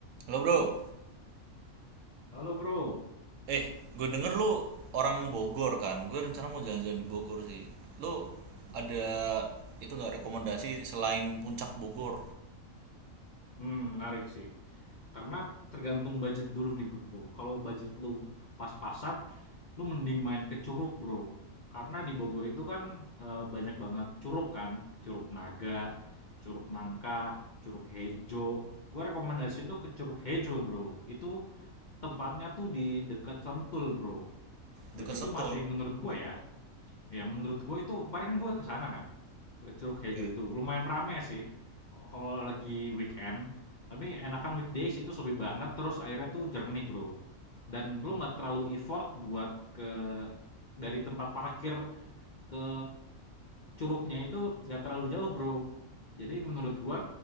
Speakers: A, on the right; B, on the left.
A: Halo bro,
B: Halo bro,
A: eh gue denger lu orang Bogor kan, gue rencana mau jalan-jalan di Bogor sih. Lu ada itu nggak rekomendasi selain Puncak Bogor
B: hmm, menarik sih. Karena tergantung budget dulu nih bro. Kalau budget lu pas-pasan, lu mending main ke Curug bro. Karena di Bogor itu kan eh, banyak banget curug kan, Curug Naga, Curug Nangka, Curug Hejo. Gue rekomendasiin lu ke Curug Hejo bro. Itu tempatnya tuh di dekat Sentul bro. Dan
A: dekat
B: itu
A: Sentul?
B: masih menurut gue ya. Ya menurut gue itu kemarin kan gue ke sana kan, ke Curug Hejo
A: Oke.
B: itu. Lumayan rame sih kalau lagi weekend, tapi enakan weekdays itu sepi banget terus airnya tuh jernih, Bro. Dan lu nggak terlalu effort buat ke dari tempat parkir ke curugnya itu nggak terlalu jauh, Bro. Jadi menurut gue